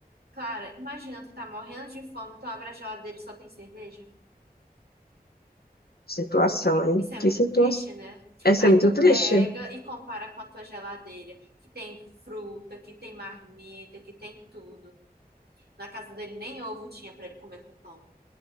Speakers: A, on the right (about 80°); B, on the left (about 75°).
A: Clara, imagina, tu tá morrendo de fome, tu abre a geladeira e só tem cerveja.
B: Situação, hein?
A: Isso é
B: Que
A: muito
B: situação.
A: triste, né?
B: Essa
A: Aí
B: é muito
A: tu
B: triste.
A: pega e compara com a tua geladeira, que tem fruta, que tem marmita, que tem tudo. Na casa dele nem ovo tinha pra ele comer com pão.